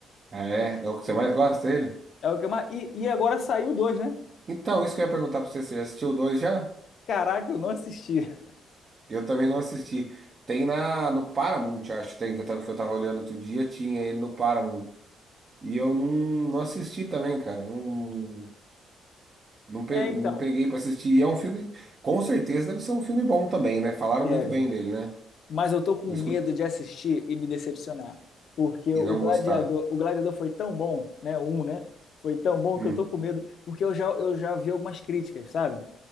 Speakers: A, on the right (about 35°); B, on the left (about 60°).
A: Ah, é? É o que você mais gosta dele?
B: É o que eu mar... e, e agora saiu dois, né?
A: Então, isso que eu ia perguntar pra você, você assistiu o dois já?
B: Caraca, eu não assisti. <laughs>
A: Eu também não assisti. Tem na, no Paramount, acho, tem, que eu tava, que eu tava olhando outro dia, tinha ele no Paramount. E eu não, não assisti também, cara. Não, não, pe,
B: É,
A: não
B: então,
A: peguei pra assistir. E é um filme, com certeza deve ser um filme bom também, né? Falaram
B: deve.
A: muito bem dele, né?
B: Mas eu tô com
A: Eu
B: medo de assistir e me decepcionar. Porque
A: E
B: o
A: não
B: Gladiador,
A: gostar.
B: o Gladiador foi tão bom, né? o Um, né? Foi tão bom
A: Hum.
B: que eu tô com medo, porque eu já, eu já vi algumas críticas, sabe?